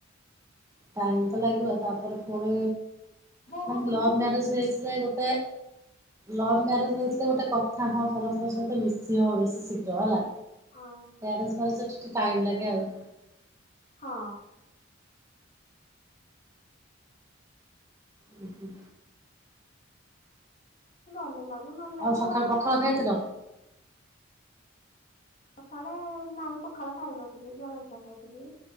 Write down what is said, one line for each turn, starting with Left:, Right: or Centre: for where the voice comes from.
Right: ଟାଇମ୍ ତ ଲାଗିବ ତାପରେ ପୁଣି
Left: ବହୁତ
Right: ମାନେ ଲଭ
Left: ଯଦି
Right: ମ୍ୟାରେଜ ହେଇଥିଲେ ଗୋଟେ ଲଭ୍ ମ୍ୟାରେଜ ହେଇଥିଲେ ଗୋଟେ କଥା ହଁ ସମସ୍ତଙ୍କ ସହିତ ମିଶି ହବ ବେଶୀ ଶି ଯଅ ହେଲା,
Left: ହଁ
Right: ଆରଞ୍ଜ ମ୍ୟାରେଜ ଟି ଟିକେ ଟାଇମ୍ ଲାଗେ ଆଉ।
Left: ହଁ।
Right: ହୁଁ ହୁଁ
Left: ଭଲ ଲାଗୁ ନ ଲାଗୁ
Right: ଆଉ ସକାଳୁ
Left: ଆଉ।
Right: ପଖାଳ ଖାଇଥିଲ
Left: ସଖାଳେ ନାଇଁ ପଖାଳ ଖାଇ ନଥିଲି ଜଳଖିଆ ଖାଇଥିଲି,